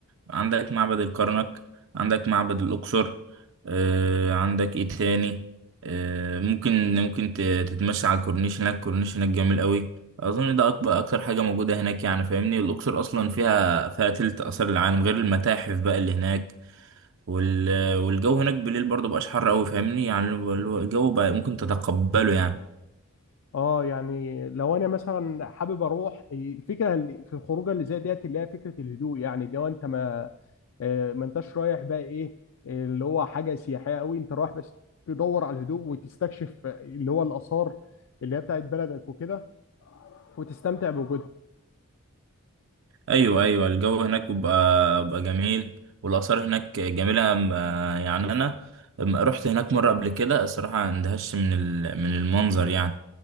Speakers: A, on the right; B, on the left.
A: عندك معبد الكرنك عندك معبد الأقصر آه، عندك ايه تاني آه، ممكن ممكن ت- تتمشى على الكورنيش هناك الكورنيش هناك جميل قوي اظن ده اكبر اكتر حاجه موجوده هناك يعني فاهمني الاقصر اصلا فيها فيها تلت اثار العالم غير المتاحف بقى اللي هناك وال... والجو هناك بالليل برضه مبقاش حر قوي فاهمني يعني اللي هو الجو بقى ممكن تتقبله يعني
B: أه يعني لو أنا مثلا حابب أروح آه، الفكرة اللي في الخروجة اللي زي ديت اللي هي فكرة الهدوء يعني اللي هو أنت ما آه، ما أنتش رايح بقى إيه اللي هو حاجة سياحية أوي أنت رايح بس تدور على الهدوء وتستكشف اللي هو الآثار اللي هي بتاعت بلدك وكده وتستمتع بوجودها
A: ايوه ايوه الجو هناك بيبقى بيبقى جميل والاثار هناك جميله أم- آه، يعني انا أم- رحت هناك مره قبل كده الصراحه اندهشت من ال- من المنظر يعني